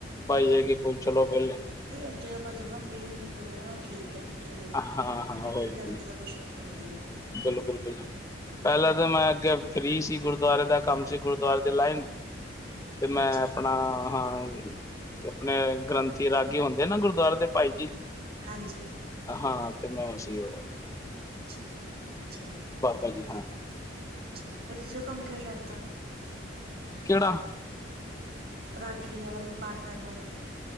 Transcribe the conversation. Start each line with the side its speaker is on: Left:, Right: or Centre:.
Left: ਬਾਈ ਹੈਗੇ ਪੁਛ ਲੋ ਪਹਿਲੇ
Right: ਤੇ ਜਦੋਂ ਆਪਾਂ ਜਮ੍ਹਾ ਫ੍ਰੀ ਹੁੰਨੇ ਆ ਵੀ ਉਹਦੇ ਨਾਲੋਂ ਠੀਕ ਕਹਿ ਵੀ ਚਲੋ,
Left: ਹਾਂ-ਹਾਂ
Right: ਹਨਾ
Left: ਹੋਰ
Right: ਵੀ ਕਸੇ
Left: ਕੀ
Right: ਤਾਂ ਕੁਛ ਹੋ ਸਕਦਾ ਈ ਆ।
Left: ਬਿਲਕੁਲ-ਬਿਲਕੁਲ ਪਹਿਲਾਂ ਤਾਂ ਮੈਂ ਅੱਗੇ ਫ੍ਰੀ ਸੀ ਗੁਰਦੁਆਰੇ ਦਾ ਕੰਮ ਸੀ ਗੁਰਦੁਆਰੇ ਦੇ ਲਾਈਨ ਤੇ ਮੈਂ
Right: ਅੱਛਾ
Left: ਆਪਣਾ
Right: ਜੀ
Left: ਹਾਂ ਹੂੰ ਆਪਣੇ ਗ੍ਰੰਥੀ ਰਾਗੀ ਹੁੰਦੇ ਨੇ ਗੁਰਦੁਆਰੇ ਦੇ ਭਾਈ ਜੀ।
Right: ਹਾਂਜੀ।
Left: ਹਾਂ ਤੇ ਮੈਂ ਉਹ ਸੀ ਓ
Right: ਅੱਛਾ, ਅੱਛਾ ਜੀ
Left: ਬਾਬਾ ਜੀ ਹਾਂ
Right: ਅੱਛਾ ਜੀ, ਫਿਰ ਤੁਸੀਂ ਉਹ ਕੰਮ ਕਿਉਂ ਛੱਡਤਾ?
Left: ਕਿਹੜਾ
Right: ਰਾਗੀ ਆ ਮਤਲਬ ਪਾਠ ਕਰਨ ਆਲਾ ਜੀ।